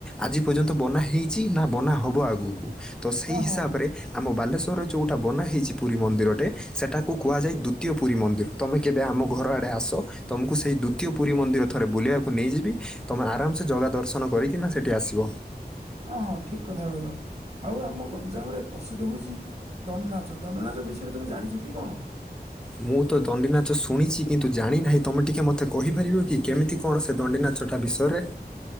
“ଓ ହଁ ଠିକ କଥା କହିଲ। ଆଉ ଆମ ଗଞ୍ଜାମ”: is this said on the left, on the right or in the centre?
Right